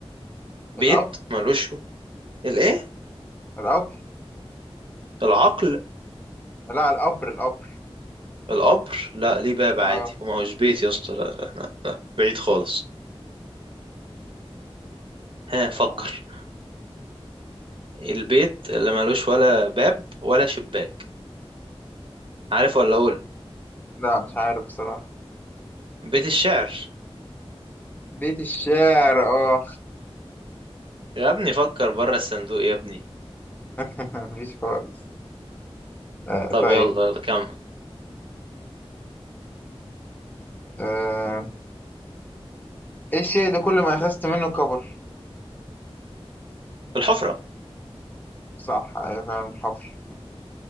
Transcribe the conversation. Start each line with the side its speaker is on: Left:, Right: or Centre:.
Right: بيت
Left: القبر
Right: ملوش الايه
Left: القبر
Right: العقل
Left: لا القبر القبر
Right: القبر لا ليه باب
Left: اه
Right: عادي وما هوش بيت يا اسطى لا لا لا, لا. بعيد خالص ها
Left: آه.
Right: فكر البيت اللي ملوش ولا باب ولا شباك عارف ولا اقول
Left: لا مش عارف بصراحة
Right: بيت الشعر
Left: بيت الشعر اه
Right: يا ابني فكر بره الصندوق يا ابني
Left: <laughs> مفيش خالص آه.
Right: طب
Left: طيب
Right: يلا يلا كمل
Left: آه. ايه الشيء اللي كل ما اخذت منه كبر
Right: الحفرة
Left: صح ايوه فعلا حفر